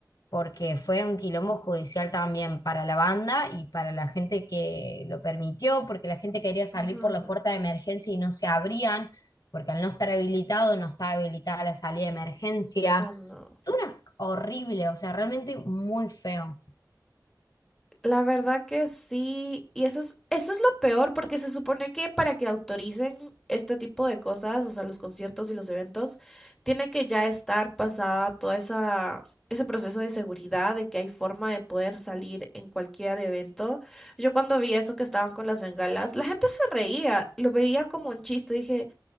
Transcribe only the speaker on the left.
porque fue un quilombo judicial también para la banda y para la gente que lo permitió, porque la gente quería salir
por la puerta de emergencia y no se abrían, porque al no estar habilitado no estaba habilitada la salida de emergencia.
Todo una horrible, o sea, realmente muy feo.